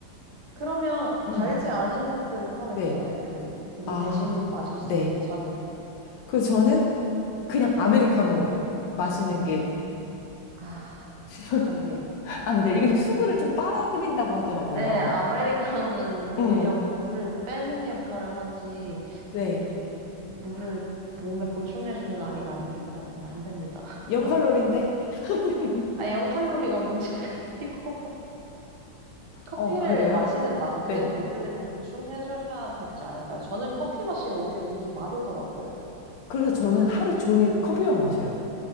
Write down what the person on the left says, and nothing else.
음,
네.
아,
네.
그래서 저는 그냥 아메리카노 마시는 게
<laughs>
안 돼.
이게
수분을 좀 빨아들인다고 하더라고요.
음,
네.
0칼로리인데? <laughs>
어, 그래요?
네.
그래서 저는 하루 종일 커피만 마셔요.